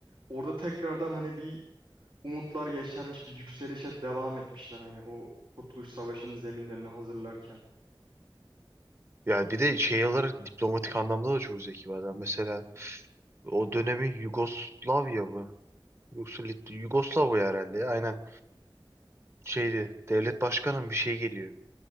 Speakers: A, on the right; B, on the right.
A: Orada tekrardan hani bir umutlar yeşermiş bir yükselişe devam etmişler hani o Kurtuluş Savaşı'nın zeminlerini hazırlarken.
B: Yani bir de şey olarak diplomatik anlamda da çok zeki bir adam. Mesela o dönemi Yugoslavya mı? Yoksa Lit- Yugoslavya herhalde. Aynen. Şeydi. Devlet başkanı mı bir şey geliyor.